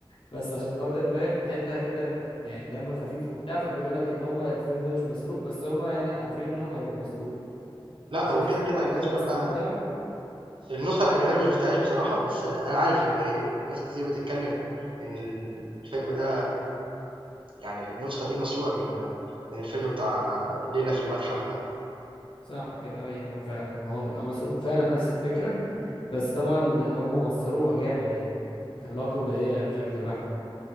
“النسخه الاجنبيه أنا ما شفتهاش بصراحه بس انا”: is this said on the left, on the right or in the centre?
Right